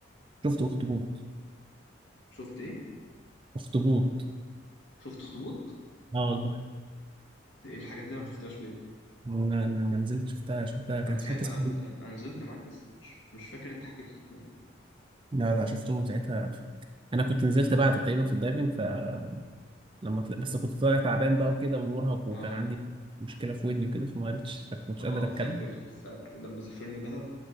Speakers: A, on the right; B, on the left.
A: شفت اخطبوط
B: شفت إيه؟
A: اخطبوط
B: شفت أخطبوط؟
A: اه والله
B: إيه الحاجات دي أنا ما شفتهاش ليه؟
A: لما لما نزلت شفتها شفتها كانت
B: أنا ساعتها
A: في حته اسمها
B: أنا كنت أنا أنا نزلت معاك بس مش مش فاكر أنت حكيت لي الحاجات دي
A: لا لا شفتهم ساعتها انا كنت نزلت بعد تقريبا في الدايفنج فلما طلع بس كنت طالع تعبان بقى وكده ومرهق وكان
B: اه
A: عندي مشكله في ودني وكده فما عرفتش ما كنتش
B: اه
A: قادر اتكلم
B: فاكر ساعة لما سافرنا دهب